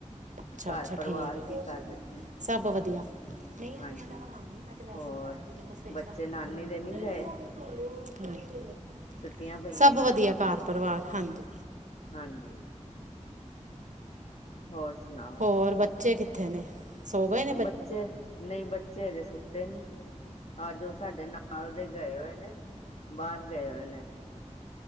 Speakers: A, on the right; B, on the left.
A: ਅੱਛਾ
B: ਘਰ
A: ਅੱਛਾ
B: ਪਰਿਵਾਰ
A: ਠੀਕ ਹੈ
B: ਕੀ ਕਰ ਰਏ ਨੇ।
A: ਸਭ ਵਧੀਆ ਨਈ ਮੈਂ
B: ਹਾਂਜੀ
A: ਤੇ <unintelligible> ਵੈਸੇ
B: ਹੋਰ
A: ਬੁਲਾਇਆ ਸੀ ਜੇ ਕੁਛ ਵਿੱਚ
B: ਬੱਚੇ
A: ਰੱਖਣਾ
B: ਨਾਨੀ
A: ਖਡੋਣੇ
B: ਦੇ ਨੀ
A: ਬਣੇ
B: ਗਏ
A: ਵਗੈਰਾ ਨਈ ਦੀਦੀ
B: ਛੁੱਟੀਆਂ ਪਈਆਂ
A: ਸਭ
B: ਹੀ
A: ਵਧੀਆ
B: ਆ
A: ਘਰ ਪਰਿਵਾਰ ਹਾਂਜੀ।
B: ਹਾਂਜੀ ਹੋਰ ਸੁਣਾਓ।
A: ਹੋਰ ਬੱਚੇ ਕਿੱਥੇ ਨੇ। ਸੋ ਗਏ ਨੇ
B: ਬੱਚੇ ਨਈ ਬੱਚੇ ਹਜੇ ਸੁੱਤੇ ਨੀ ਅਜ ਓ ਸਾਡੇ ਨਾਲ ਨਾਲ ਦੇ ਗਏ ਹੋਏ ਨੇ ਬਾਰ ਗਏ ਹੋਏ ਨੇ।